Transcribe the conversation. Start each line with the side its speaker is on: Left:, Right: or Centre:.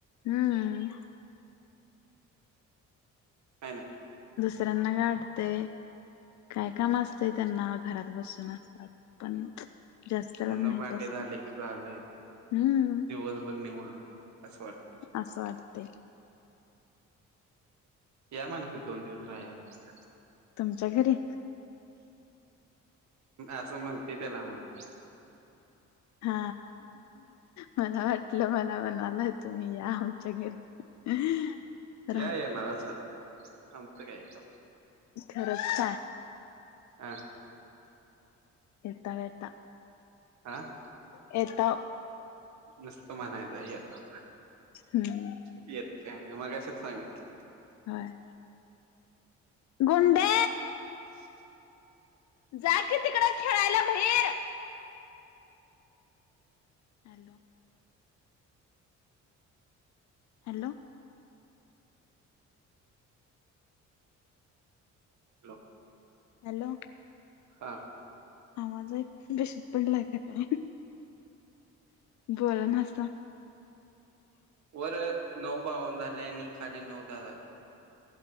Left: हम्म.
Right: हाय ना
Left: तरांना काय वाटते काय काम असतंय त्यांना घरात बसून असतात पण जास्तलाच
Right: धुणं
Left: माहित
Right: भांडे
Left: असतय.
Right: झाले की झालंय
Left: हम्म
Right: दिवसभर निवांत असं वाट
Left: असं वाटतंय.
Right: या म्हणायचं दोन दिवस राहायला्.
Left: तुमच्या घरी?
Right: असं म्हणते त्याला म्हणते.
Left: हा मला वाटलं मला म्हणालाय तुम्ही या आमच्या घरी. <unintelligible>
Right: या येनार असलात आमचं काय याच्या
Left: खरंच का?
Right: आं.
Left: येताव येता.
Right: आ.
Left: येताव.
Right: नुसतं म्हणायच येताव.
Left: हम्म.
Right: येत काय नाय मगाशेच सांगितलं.
Left: होय. गुंडे.
Right: <unintelligible>
Left: जा कि तिकडं खेळायला भईर. हॅलो हॅलो,
Right: लो
Left: हॅलो,
Right: हा.
Left: आवाज ऐकून बेशुद्ध पडलाय का काय, बोलानासा.
Right: वरं नऊ बावन झाले आणि खाली नऊ दा झाले.